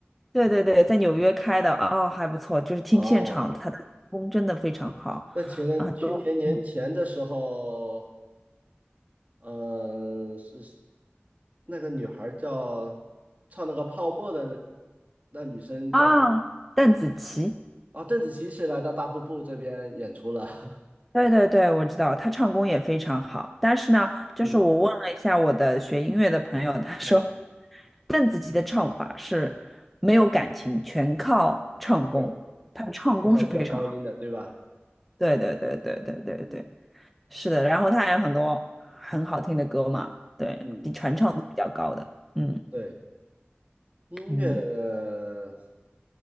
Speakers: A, in the centre; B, on the right.
A: 对对对，在纽约开的，哦，还不错，就是听现场，
B: 哦，
A: 他的唱功真的非常好，
B: 在前年去年年前的时候，
A: 啊，很多，嗯
B: 嗯、是那个女孩儿叫唱那个泡沫的那女生
A: 啊，邓紫棋，
B: 啊，邓紫棋是来到大瀑布这边演出了。<laughs>
A: 对对对，我知道，他唱功也非常好，但是呢，就是我问了一下我的学音乐的朋友，
B: 嗯，
A: 他说
B: 啊，
A: 邓紫棋的唱法是没有感情，全靠唱功，
B: 飙，
A: 她的唱功是非常好，
B: 会唱飙高音的，对吧？
A: 对对对对对对对，
B: 嗯
A: 是的，然后她还有很多很好听的歌嘛，对，
B: 嗯，
A: 比传唱度比较高的，嗯
B: 对，音乐，
A: 嗯。
B: 呃，